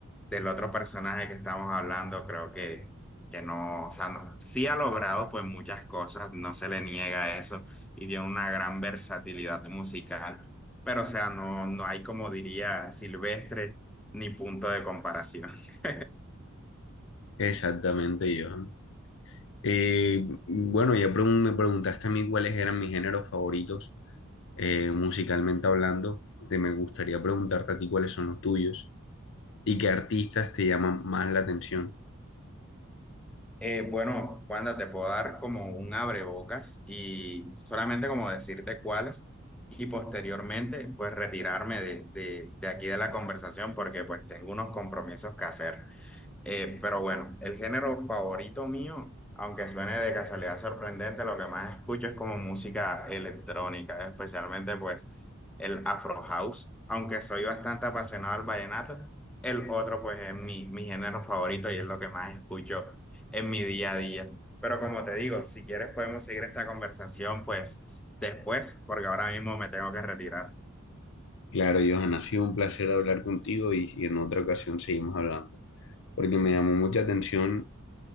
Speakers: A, in the centre; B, on the left.
A: del otro personaje que estamos hablando, creo que, que no, o sea, no- sí ha logrado pues muchas cosas, no se le niega eso y tiene una gran versatilidad musical, pero o sea, no, no hay como diría Silvestre ni punto de comparación. <laughs>
B: exactamente, yo. Eh, bueno, ya pregun- me preguntaste a mí cuáles eran mis géneros favoritos, eh, musicalmente hablando. Te me gustaría preguntarte a ti cuáles son los tuyos y qué artistas te llaman más la atención.
A: Eh, bueno, Wanda, te puedo dar como un abrebocas y solamente como decirte cuáles y posteriormente pues retirarme de, de, de aquí de la conversación porque pues tengo unos compromisos que hacer. Eh, pero bueno, el género favorito mío, aunque suene de casualidad sorprendente, lo que más escucho es como música electrónica, especialmente pues el Afro House, aunque soy bastante apasionado al vallenato, el otro pues es mi, mi género favorito y es lo que más escucho en mi día a día. Pero como te digo, si quieres podemos seguir esta conversación pues después, porque ahora mismo me tengo que retirar.
B: Claro, Johan, ha sido un placer hablar contigo y, y en otra ocasión seguimos hablando, porque me llamó mucha atención,